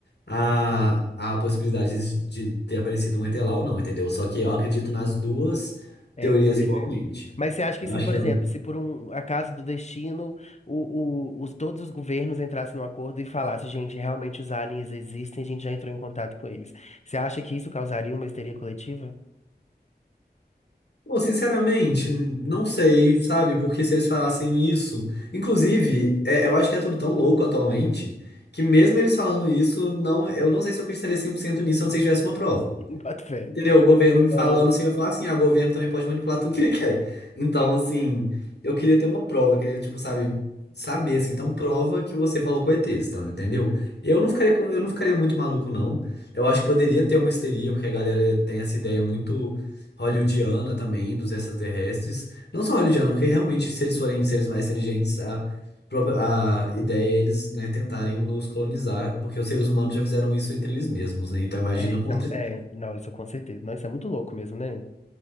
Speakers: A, on the left (about 75°); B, on the left (about 40°).
A: a, a possibilidade de de ter aparecido um ET lá ou não, entendeu? Só que eu acredito nas duas
B: É,
A: teorias
B: eu boto
A: igualmente.
B: fé. Mas você acha que
A: Eu
B: sim,
A: acho
B: por
A: que
B: exemplo,
A: é. um
B: se por um acaso do destino, o, o- os, todos os governos entrassem num acordo e falassem, gente, realmente os aliens existem, a gente já entrou em contato com eles. Você acha que isso causaria uma histeria coletiva?
A: Bom, sinceramente, n- não sei, sabe? Porque se eles falassem isso. Inclusive, é- eu acho que é tudo tão louco atualmente que, mesmo eles falando isso, não, eu não sei se eu acreditaria 100% nisso, a não ser que tivesse uma prova.
B: <laughs> Boto fé.
A: Entendeu? O governo me falando
B: Aham.
A: assim, eu ia falar assim, ah, o governo também pode manipular tudo que ele quer. Então, assim, eu queria ter uma prova, eu queria, tipo, sabe, saber, assim, então prova que você falou com ETs, então, entendeu? Eu não ficaria, com- eu não ficaria muito maluco, não. Eu acho que poderia ter uma histeria, porque a galera tem essa ideia muito hollywoodiana também, dos extraterrestres. Não só hollywoodiana, porque realmente, se eles forem seres mais inteligentes, a, própria- a ideia é eles, né, tentarem nos colonizar, porque os seres humanos já fizeram isso entre eles mesmos, né? Então imagina
B: É, isso
A: com outra
B: é, é, não, isso com certeza. Não, isso é muito louco mesmo, né?